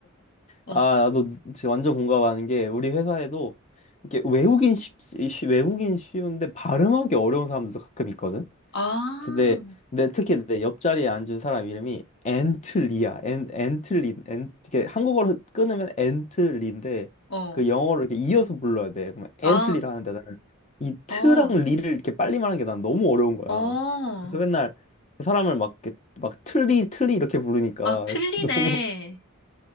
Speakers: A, on the left (about 55°); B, on the left (about 35°).
A: 어.
B: 아, 나도 진짜 완전 공감하는 게 우리 회사에도 이렇게 외국인 쉽, 쉬- 외국인 쉬운데 발음하기 어려운 사람들도 가끔 있거든.
A: 아,
B: 근데 내 특히 내 옆자리에 앉은 사람 이름이 앤틀리야. 앤 앤틀리 앤 이게 한국어로 끊으면 앤틀리인데
A: 어,
B: 그 영어로 이렇게 이어서 불러야 돼. 그러면 앤틀리라
A: 아,
B: 하는데 나는 이 트랑
A: 어.
B: 리를 이렇게 빨리 말하는 게 난 너무 어려운 거야.
A: 어,
B: 그래서 맨날 그 사람을 막 이렇게 막 틀리 틀리 이렇게 부르니까
A: 아, 틀리네.
B: <laughs> 너무